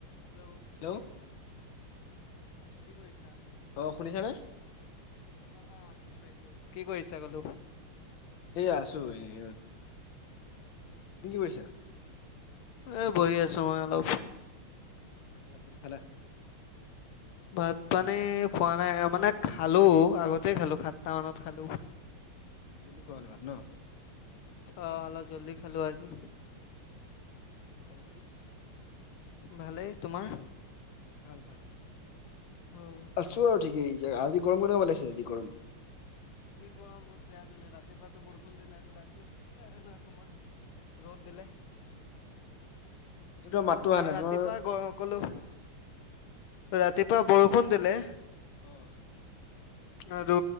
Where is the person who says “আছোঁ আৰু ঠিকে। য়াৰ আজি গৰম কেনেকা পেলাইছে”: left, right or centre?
Left